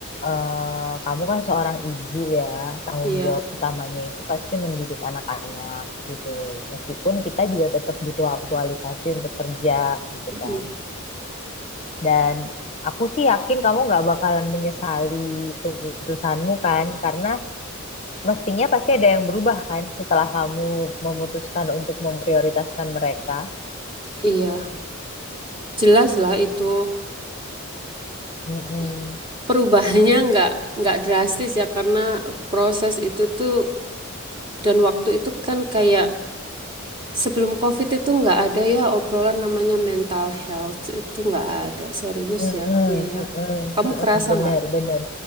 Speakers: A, on the left (about 30°); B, on the right (about 25°).
A: eh, kamu kan seorang ibu ya, tanggung
B: iya
A: jawab utamanya itu pasti mendidik anak-anak gitu. Meskipun kita juga tetap butuh aktualisasi untuk kerja gitu
B: Mm-mm.
A: kan. Dan aku sih yakin kamu nggak bakalan menyesali keputusanmu kan, karena mestinya pasti ada yang berubah kan setelah kamu memutuskan untuk memprioritaskan mereka.
B: Iya, Jelas lah itu
A: Mm-mm.
B: I- perubahannya nggak nggak drastis ya karena proses itu tuh dan waktu itu kan kayak sebelum COVID itu nggak ada ya obrolan namanya mental health itu nggak ada serius
A: Mm-mm.
B: ya Mia
A: Mm-mm.
B: ya. Kamu
A: Mm-mm.
B: kerasa
A: Bener,
B: nggak?
A: bener.